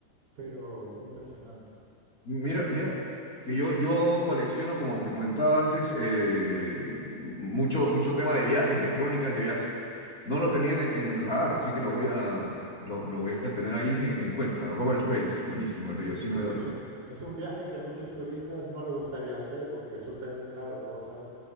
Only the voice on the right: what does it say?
pero impresionante. O
sea que
Sí,
es
un, es un viaje que a muchos turistas no les gustaría hacer porque suceden, claro, cosas